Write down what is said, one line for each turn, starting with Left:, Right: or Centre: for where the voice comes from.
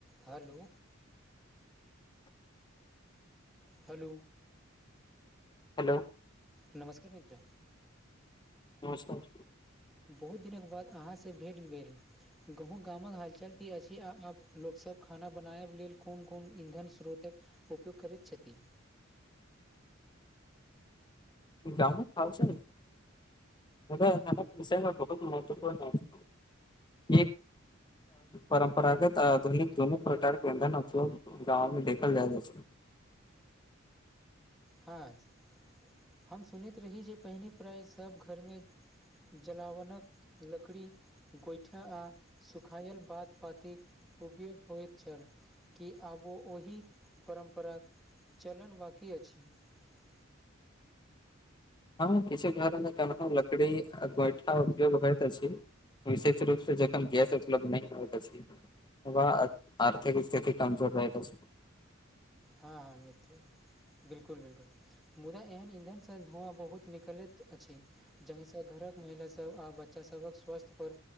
Centre: हेलो। हेलो।
Left: हेलो।
Centre: नमस्कार मित्र।
Left: नमस्कार।
Centre: बहुत दिनक बाद अहाँसँ भेट भेल। गामक हालचाल की अछि? आ लोकसभ खाना बनाबय लेल कोन कोन ईंधन स्रोतक? उपयोग करैत छथि।
Left: गाँवमे खा छै ने मुदा विसमे बहुत महत्वपूर्ण परम्परागत आधुनिक धन प्रकार। गावमे देखल जाय त।
Centre: हँ, हम सुनैत रही जे पहिने प्राइ सभ घरमे जलावनक लकड़ी गोइठा आर सुखायल बात पातिक उपयोग हो। छल की आबो ओहि परम्पराक चलन बाकी अछि। ह <unintelligible>
Left: हँ, किछु घरमे कनहु लकड़ी आ गोइठा उपियोग होइत छै। विशेष रूपसँ जखन गैस उपलब्ध नहि होइ त छेला। वह आर्थिक स्थिति कमजोर रहै त छै।
Centre: हँ, हँ, मित्र बिल्कूल बिल्कूल। मुदा एहन ईंधनसँ धुआँ बहुत निकलैत अछि। जहिसँ घरक महिला सभ आ बच्चा सभक स्वास्थ पर।